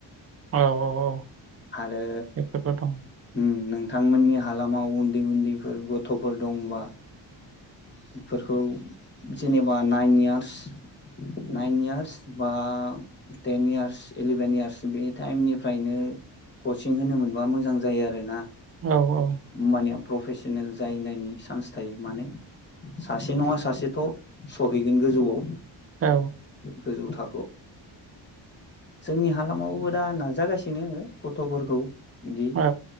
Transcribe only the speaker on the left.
आरो
ओम नों थांमोननि हालामाव उन्दै उन्दैफोर गथ'फोर दंबा बेफोरखौ जेनेबा नाइन इयार्स नाइन इयार्स बा टेन इयार्स इलेभेन इयार्स बे टाइमनिफ्रायनो कचिं होनो मोनबा मोजां जायो आरोना।
होमबानिया प्रफेसनेल जाहैनायनि चान्स थायो माने सासे नङा सासेथ' सहैगोन गोजौआव।
गोजौ थाखोआव जोंनि हालामावबो दा नाजागासिनो गथ'फोरखौ इदि